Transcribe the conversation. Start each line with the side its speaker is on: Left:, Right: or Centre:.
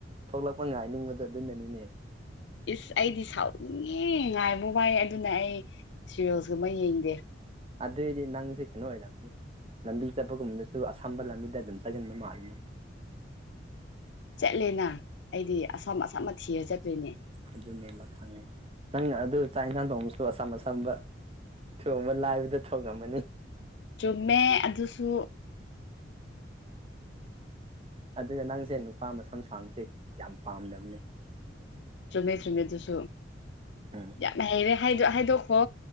Right: ꯊꯣꯛꯂꯛꯄ ꯉꯥꯏꯅꯤꯡꯕꯗꯣ ꯑꯗꯨꯅꯅꯤꯅꯦ
Left: ꯏꯁ ꯑꯩꯗꯤ ꯁꯥꯎꯅꯤꯡꯉꯦ ꯉꯥꯏꯕ ꯋꯥꯏ ꯑꯗꯨꯅ ꯑꯩ ꯁꯤꯔꯤꯌꯦꯜꯁꯀꯨꯝꯕ ꯌꯦꯡꯗꯦ
Right: ꯑꯗꯨꯑꯣꯏꯗꯤ ꯅꯪꯁꯦ ꯀꯩꯅꯣ ꯑꯣꯏꯔꯕꯝꯅꯤ ꯂꯝꯕꯤ ꯆꯠꯄꯒꯨꯝꯕꯗꯁꯨ ꯑꯁꯝꯕ ꯂꯝꯕꯤꯗ ꯑꯗꯨꯝ ꯆꯪꯁꯤꯟꯕ ꯃꯥꯜꯅꯤ
Left: ꯆꯠꯂꯦꯅ ꯑꯩꯗꯤ ꯑꯁꯝ ꯑꯁꯥꯝꯅ ꯊꯤꯔ ꯆꯠꯇꯣꯏꯅꯦ
Right: ꯑꯗꯨ ꯅꯂꯥꯛ ꯈꯪꯉ ꯅꯪ ꯑꯗꯨ ꯆꯥꯛ ꯌꯦꯟꯁꯥꯡ ꯊꯣꯡꯕꯁꯨ ꯑꯁꯝ ꯑꯁꯝꯕ ꯊꯣꯡꯕ ꯂꯥꯏꯕꯗ ꯊꯣꯡꯉꯝꯃꯅꯤ
Left: ꯆꯨꯝꯃꯦ ꯑꯗꯨꯁꯨ
Right: ꯑꯗꯨꯒ ꯅꯪꯁꯦ ꯅꯨꯄꯥ ꯃꯁꯝ ꯁꯥꯡꯁꯦ ꯌꯥꯝ ꯄꯥꯝꯗꯕꯅꯦ
Left: ꯆꯨꯝꯃꯦ ꯆꯨꯝꯃꯦ ꯑꯗꯨꯁꯨ
Right: ꯎꯝ
Left: ꯌꯥꯝꯅ ꯍꯩꯔꯦ ꯍꯥꯏꯗꯣꯛꯈꯣ